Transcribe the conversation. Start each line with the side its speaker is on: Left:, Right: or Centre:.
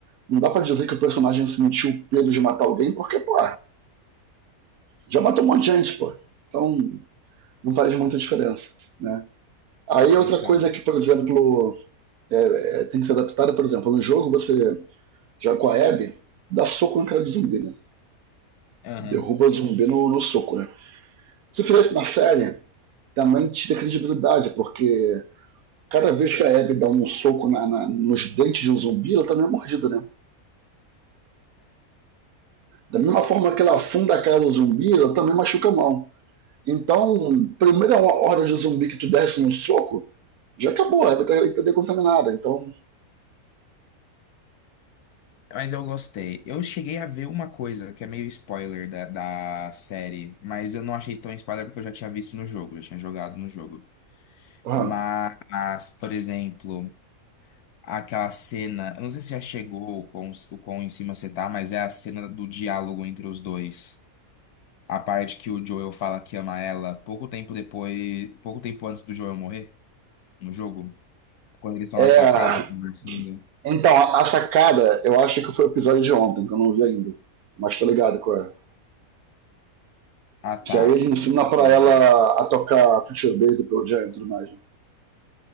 Right: Não dá pra dizer que o personagem sentiu o peso de matar alguém, porque, pô, já matou um monte de gente, pô. Então, não faz muita diferença, né? Aí outra
Left: então.
Right: coisa que, por exemplo, é- é, tem que ser adaptada, por exemplo, no jogo você joga com a Abby, dá soco no cara do zumbi, né?
Left: Aham.
Right: Derruba o zumbi no, no soco, né? Se fizesse na série, também tira credibilidade, porque cada vez que a Abby dá um soco na- na- nos dentes de um zumbi, ela também é mordida, né? Da mesma forma que ela afunda a cara do zumbi, ela também machuca a mão. Então, primeira horda de zumbi que tu desce num soco, já acabou, a Abby tá, tá decontaminada. Então,
Left: Mas eu gostei. Eu cheguei a ver uma coisa que é meio spoiler da, da série, mas eu não achei tão spoiler porque eu já tinha visto no jogo, eu já tinha jogado no jogo.
Right: aham.
Left: Mas, por exemplo, aquela cena, eu não sei se já chegou o quão, o quão em cima você tá, mas é a cena do diálogo entre os dois. A parte que o Joel fala que ama ela pouco tempo depois, pouco tempo antes do Joel morrer no jogo, quando eles estão
Right: é,
Left: na sacada conversando.
Right: Então, a, sacada, eu acho que foi o episódio de ontem, que eu não vi ainda. Mas tô ligado qual é.
Left: Ah, tá.
Right: Que aí ele ensina pra
Left: É,
Right: ela a tocar Future Bass do Pearl Jam e tudo mais. né?